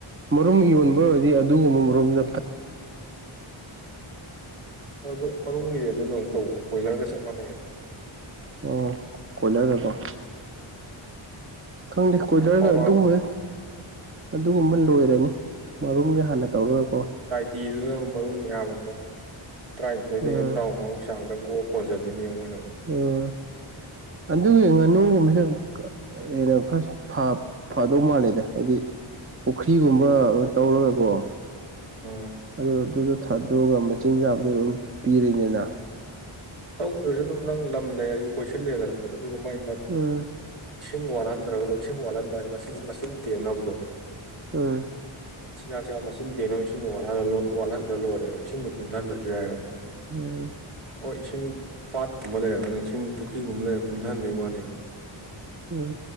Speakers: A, on the right (about 25°); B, on the right (about 70°).
A: ꯃꯔꯨꯝ ꯌꯣꯟꯕ ꯑꯣꯏꯔꯗꯤ ꯑꯗꯨꯒꯨꯝꯕ ꯃꯔꯨꯝꯗ
B: ꯑꯗꯨ ꯃꯔꯨꯝꯒꯤꯗꯤ ꯑꯗꯨꯅ ꯑꯃꯨꯛ ꯇꯧꯕ ꯀꯣꯏꯂꯔꯒ ꯆꯞ ꯃꯥꯟꯅꯩꯑꯕ
A: ꯑꯣ ꯀꯣꯏꯂꯔ ꯒꯥꯀꯣ ꯈꯪꯗꯦ
B: ꯎꯝ
A: ꯀꯣꯏꯂꯔ
B: ꯃꯃꯥꯡ
A: ꯑꯗꯨꯕ ꯑꯗꯨꯒꯨꯝꯕ ꯂꯣꯏꯔꯅꯤ ꯃꯔꯨꯝꯒꯤ ꯍꯥꯟꯅ ꯇꯧꯔꯒꯀꯣ
B: ꯄꯤꯗꯨꯅꯕ ꯃꯔꯨꯝ ꯃꯌꯥꯝ ꯑꯃꯗ ꯇꯔꯥꯅꯤꯊꯣꯏꯗꯩꯅ
A: ꯎꯝ
B: ꯇꯔꯥꯃꯉꯥꯃꯨꯛ ꯆꯥꯡꯗꯪ ꯀꯣꯛ ꯀꯣꯟꯖꯗꯣꯏꯅꯦ ꯃꯣꯏꯅꯃꯛ
A: ꯎꯝ ꯑꯗꯨꯒꯤ ꯉꯥꯅꯨꯒꯨꯝꯕꯁꯤ ꯍꯦꯟꯅ ꯈꯔ ꯐꯗꯧ ꯃꯥꯜꯂꯦꯗ ꯍꯥꯏꯗꯤ ꯄꯨꯈ꯭ꯔꯤꯒꯨꯝꯕ ꯇꯧꯔꯒꯀꯣ
B: ꯎꯝ
A: ꯑꯗꯨ ꯑꯗꯨꯗ ꯊꯥꯗꯣꯛꯑꯒ ꯃꯆꯤꯟꯖꯥꯛꯕꯁꯨ ꯑꯗꯨꯝ ꯄꯤꯔꯤꯅꯤꯅ
B: ꯇꯧꯗ꯭ꯔꯁꯨ ꯑꯗꯨꯝ ꯅꯪ ꯂꯝ ꯂꯩꯔꯗꯤ ꯀꯣꯏꯁꯤꯜꯂꯦꯗꯅꯁꯨ ꯑꯗꯨꯒ ꯃꯥꯏ
A: ꯎꯝ
B: ꯏꯁꯤꯡ ꯋꯥꯠꯍꯟꯗ꯭ꯔꯒ ꯂꯣ ꯏꯁꯤꯡ ꯋꯥꯠꯍꯟꯕꯅꯤꯆ ꯃꯁꯤꯡꯆꯤꯟ ꯇꯦꯡꯅꯕꯗꯣ <unintelligible>
A: ꯎꯝ
B: ꯎ ꯆꯤꯟꯖꯥꯛ ꯆꯥꯛ ꯃꯆꯤꯟꯗꯦ ꯅ ꯏꯁꯤꯡꯗꯣꯍ ꯋꯥꯠꯍꯟ꯭ꯔ ꯂꯣꯏꯔꯦꯕ ꯏꯁꯤꯡꯗ ꯀꯨꯝꯊꯟꯗ꯭ꯔꯁꯨ ꯌꯥꯑꯕ ꯃꯣꯏ
A: ꯎꯝ
B: ꯍꯣꯏ ꯏꯁꯤꯡ ꯄꯥꯠꯀꯨꯝꯕ ꯂꯩꯔꯒꯅꯤ ꯏꯁꯤꯡ ꯄꯨꯈ꯭ꯔꯤꯒꯨꯝꯕ ꯂꯩꯔꯒ ꯀꯨꯝꯊꯍꯟꯕꯩ ꯋꯥꯅꯦꯕ
A: ꯎꯝ